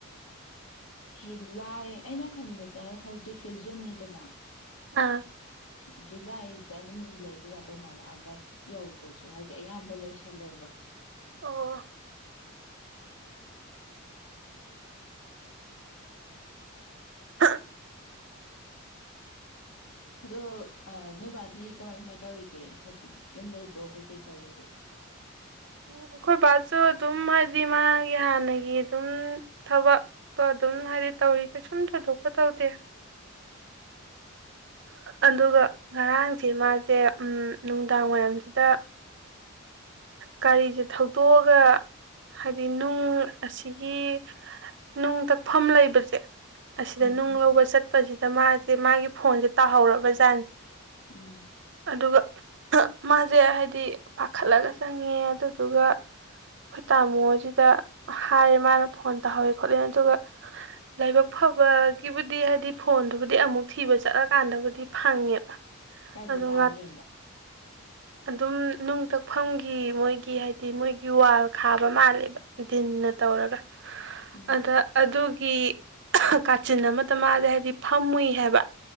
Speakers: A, on the left; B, on the right.
A: ꯖꯨꯂꯥꯏ ꯑꯩꯅ ꯈꯟꯕꯗ ꯍꯧꯖꯤꯛꯁꯦ ꯖꯨꯟꯅꯤꯗꯅ
B: ꯑꯥ
A: ꯖꯨꯂꯥꯏꯗ ꯑꯗꯨꯝ ꯂꯩꯕ ꯌꯥꯗꯧ ꯃꯥꯜꯂꯦ ꯑꯥꯒꯁ ꯌꯧꯗ꯭ꯔꯁꯨ ꯍꯥꯏꯗꯤ ꯑꯌꯥꯝꯕ ꯂꯣꯏꯁꯜꯂꯦꯕ
B: ꯑꯣ
A: <inaudible>
B: ꯑ
A: ꯑꯗꯣ ꯅꯣꯏꯕꯥꯗꯤ ꯀꯃꯥꯏ ꯀꯃꯥꯏ ꯇꯧꯔꯤꯒꯦ ꯍꯧꯖꯤꯛ ꯌꯨꯝ ꯂꯩꯕ꯭ꯔꯣ ꯀꯩꯀꯩ ꯇꯧꯔꯤꯒꯦ
B: ꯑꯩꯈꯣꯏ ꯕꯥꯁꯨ ꯑꯗꯨꯝ ꯍꯥꯏꯗꯤ ꯃꯥꯒꯤ ꯍꯥꯟꯅꯒꯤ ꯑꯗꯨꯝ ꯊꯕꯛꯇꯣ ꯑꯗꯨꯝ ꯍꯥꯏꯗꯤ ꯇꯧꯔꯤ ꯀꯩꯁꯨꯝ ꯊꯣꯏꯗꯣꯛꯄ ꯇꯧꯗꯦ ꯑꯗꯨꯒ ꯉꯔꯥꯡꯁꯦ ꯃꯥꯁꯦ ꯅꯨꯡꯗꯥꯡ ꯋꯥꯏꯔꯝꯁꯤꯗ ꯒꯥꯔꯤꯁꯦ ꯊꯧꯗꯣꯛꯑꯒ ꯍꯥꯏꯗꯤ ꯅꯨꯡ ꯑꯁꯤꯒꯤ ꯅꯨꯡ ꯇꯛꯐꯝ ꯂꯩꯕꯁꯦ ꯑꯁꯤꯗ
A: ꯎꯝ
B: ꯅꯨꯡ ꯂꯧꯕ ꯆꯠꯄꯁꯤꯗ ꯃꯥꯁꯦ ꯃꯥꯒꯤ ꯐꯣꯟꯁꯦ ꯇꯥꯍꯧꯔꯕꯖꯥꯠꯅꯤ
A: ꯎꯝ
B: ꯑꯗꯨꯒ ꯃꯥꯁꯦ ꯍꯥꯏꯗꯤ ꯄꯥꯈꯠꯂꯒ ꯆꯪꯉꯦ ꯑꯗꯨꯗꯨꯒ ꯑꯩꯈꯣꯏ ꯇꯥꯃꯣ ꯍꯁꯤꯗ ꯍꯥꯏꯔꯦ ꯃꯥꯅ ꯐꯣꯟ ꯇꯥꯍꯧꯋꯦ ꯈꯣꯠꯂꯦ ꯑꯗꯨꯒ ꯂꯥꯏꯕꯛ ꯐꯕꯒꯤꯕꯨꯗꯤ ꯍꯥꯏꯗꯤ ꯐꯣꯟꯗꯨꯕꯨꯗꯤ ꯑꯃꯨꯛ ꯊꯤꯕ ꯆꯠꯂꯀꯥꯟꯗꯕꯨꯗꯤ ꯐꯪꯉꯦꯕ
A: ꯀꯥꯏꯗ
B: ꯑꯗꯣ
A: ꯇꯥ
B: ꯉꯥꯛ
A: ꯂꯩꯔꯝꯕ
B: ꯑꯗꯨꯝ ꯅꯨꯡ ꯇꯛꯐꯝꯒꯤ ꯃꯣꯏꯒꯤ ꯍꯥꯏꯗꯤ ꯃꯣꯏꯒꯤ ꯋꯥꯜ ꯈꯥꯕ ꯃꯥꯜꯂꯦꯕ ꯗꯤꯟꯅ ꯇꯧꯔꯒ
A: ꯎꯝ
B: ꯑꯗ ꯑꯗꯨꯒꯤ ꯀꯥꯆꯤꯟ ꯑꯃꯇ ꯃꯥꯁꯦ ꯍꯥꯏꯕꯗꯤ ꯐꯝꯃꯨꯏ ꯍꯥꯏꯕ